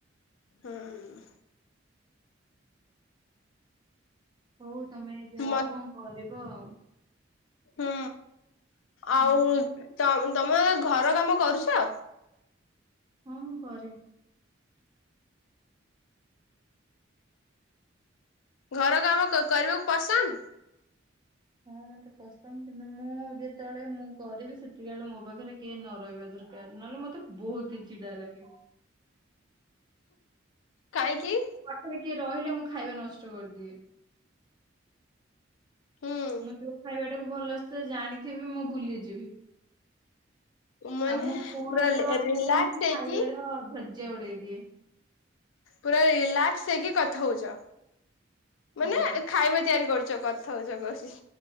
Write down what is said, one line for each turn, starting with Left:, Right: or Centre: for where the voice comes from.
Left: ହୁଁ।
Right: ହଉ ତମେ ଯାଅ
Left: ମ
Right: କଣ କରିବ ଆଉ।
Left: ହୁଁ
Right: ହୁଁ
Left: ଆଉ ତମ ତମେ ଘର କାମ କରୁଛ।
Right: ହଁ ମୁଁ କରେ।
Left: ଘର କାମ କ କରିବାକୁ ପସନ୍ଦ।
Right: ହଁ ମତେ ପସନ୍ଦ କିନ୍ତୁ ମୁଁ ଯେତେବେଳେ ମୁଁ କରିବି ସେତିକା ବେଳେ ମୋ ପାଖରେ କେହି ନ ରହିବା ଦର କାର ନହେଲେ ମତେ ବହୁତ ହି ଚିଡା ଲାଗେ।
Left: କାଇଁକି।
Right: ଖରେ କିଏ ରହିଲେ ମୁଁ ଖାଇବା ନଷ୍ଟ କରିଦିଏ।
Left: ହୁଁ
Right: ମୁଁ ଯୋଉ ଖାଇବା ଟାକୁ ଭଲସେ ଜାଣିଥିବି ମୁଁ ଭୁଲିଯିବି।
Left: ମାନେ
Right: ଆଉ ମୁଁ ଫୋନରେ
Left: ପୁରା ରିଲାକ୍ସ
Right: ତ କଥା ହେଲେ ମୁଁ ସେ
Left: ହେଇକି
Right: ଖାଇବାର ଧର୍ଯ୍ୟା ଉଡେଇ ଦିଏ।
Left: ପୁରା ରିଲାକ୍ସ ହେଇକି କଥା ହଉଛ ମାନେ
Right: ହଁ।
Left: ଖାଇବା ତିଆରି କରୁଛ କଥ ଥା ହଉଚ କହୁଚି।